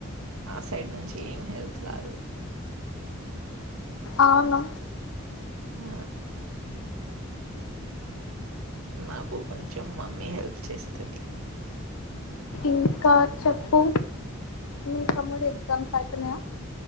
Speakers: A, on the right; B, on the left.
A: ఆ సైడ్ నుంచి ఏం హెల్ప్ రాదు.
B: అవును
A: ఆ నాకు కొంచెం మమ్మీ హెల్ప్ చేస్తుంది.
B: ఇంకా చెప్పు మీ తమ్ముడి ఎగ్జామ్స్ అయిపోయినాయ.